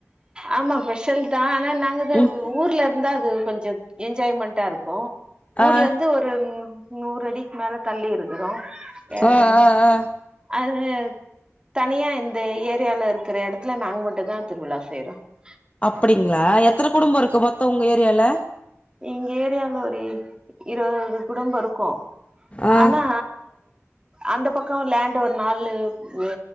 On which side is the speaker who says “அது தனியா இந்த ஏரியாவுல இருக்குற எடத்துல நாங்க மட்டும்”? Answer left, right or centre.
Right